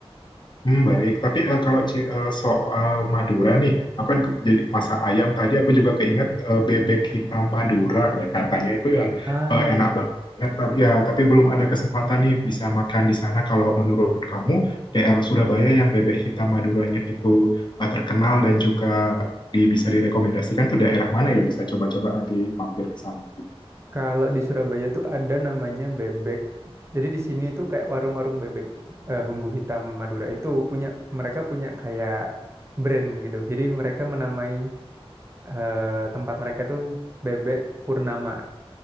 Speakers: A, on the left; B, on the right.
A: Hmm, baik, tapi eh, kalau ci- eh, soal Madura nih, aku kan ke- jadi masak ayam tadi aku juga keinget eh, bebek hitam Madura ya katanya itu yang
B: Nah,
A: eh, enak banget. Tapi ya, tapi belum ada kesempatan nih bisa makan di sana. Kalau menurut kamu daerah Surabaya yang bebek hitam Maduranya itu eh, terkenal dan juga di- bisa direkomendasikan tuh daerah mana ya bisa coba-coba nanti mampir ke sana.
B: Kalau di Surabaya tuh ada namanya bebek. Jadi di sini tuh kayak warung-warung bebek eh, bumbu hitam Madura itu punya mereka punya kayak brand gitu. Jadi mereka menamai eh, tempat mereka tuh bebek Purnama